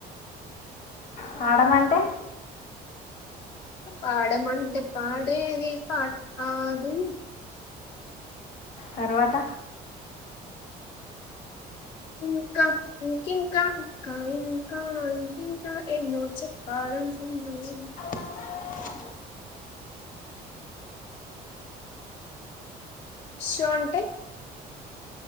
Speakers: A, on the left; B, on the left.
A: పాడమంటే
B: పాడమంటే పడేది పాట కాదు
A: తర్వాత
B: ఇంకా ఇ ఇంకా ఇంకా ఇంకా ఇం ఇంకా ఎన్నో చెప్పాలి మ <unintelligible>
A: <unintelligible>
B: ఉష్ణో అంటే